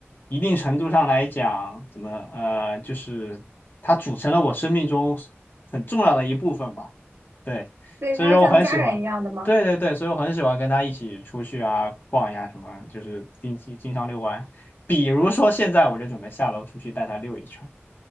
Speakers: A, on the left; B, on the right.
A: 一定程度上来讲，怎么呃，就是它组成了我生命中很重要的一部分吧。对，
B: 所以它是像家人一样的吗？
A: 所以说我很喜欢，对对对，所以我很喜欢跟它一起出去啊逛呀什么，就是定期经常遛弯。比如说现在我就准备下楼出去带它遛一圈。